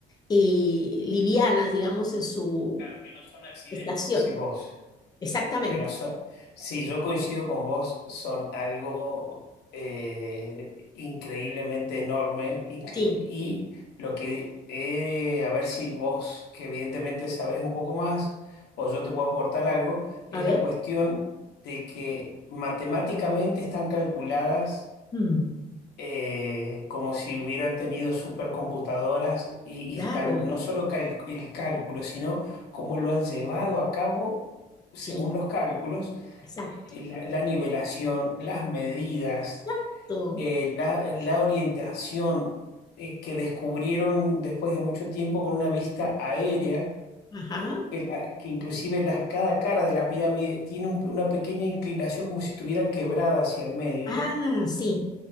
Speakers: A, on the left; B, on the left.
A: eh, livianas, digamos, en su
B: Claro, que no son accidentes.
A: estación.
B: Decís vos.
A: Exactamente.
B: Que no son, sí, yo coincido con vos, son algo eh, increíblemente enorme incre-
A: Sí,
B: y lo que, eh, a ver si vos, que evidentemente sabés un poco más, o yo te puedo aportar algo, es
A: a ver.
B: la cuestión de que matemáticamente están calculadas
A: Mm,
B: eh, como si hubieran tenido supercomputadoras y, y
A: claro,
B: están no solo cal- el cálculo, sino cómo lo han llevado a cabo según
A: sí,
B: los cálculos,
A: exacto.
B: eh, la, la nivelación, las medidas,
A: Exacto.
B: eh, la, la orientación eh, que descubrieron después de mucho tiempo con una vista aérea.
A: Ajá.
B: Que, la- que inclusive la- cada cara de la pirámide tiene un- una pequeña inclinación como si estuviera quebrada hacia el medio.
A: Ah, sí.